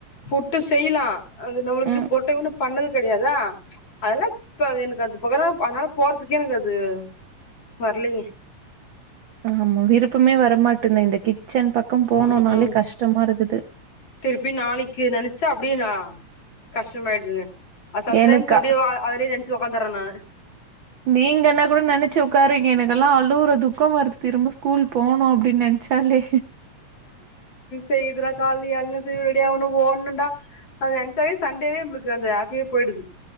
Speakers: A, on the left; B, on the right.
A: புட்டு செய்லா அங்க நம்மளுக்கு
B: ம்.
A: பொட்டனோ பண்ணது கெடையாதா அதெல்லா இப்ப எனக்கு அது பக்கன அதனால போறதுக்கே எனக்கு அது வர்லைங்க
B: ஆமா விருப்பமே வரமாட்டேந்தே இந்த கிச்சன் பக்கம் போனோம்னாலே
A: ம் ம்
B: கஷ்டமா இருக்குது
A: திருப்பி நாளைக்கி நெனைச்சா அப்டியே நா கஷ்டமாயிடுதுங்க சம்டைம்ஸ்
B: எனக்கா
A: அப்டியே வ அதுலேயே நென்ச்சு உக்காந்தரே நானு
B: நீங்க என்ன கூட நெனைச்சு உட்காரீங்க எனக்கெல்லா அழுவுற துக்கமா இருக்கு திரும்ப ஸ்கூல் போணு அப் இப்டி நெனச்சாலே
A: தெரியிதுறா காலைல எழனு சீக்கிர ரெடியா ஆகனு ஓடனன்டா அத நெனச்சாவே சண்டேவே நமளுக்கு அந்த ஹாப்பியே போயிடுது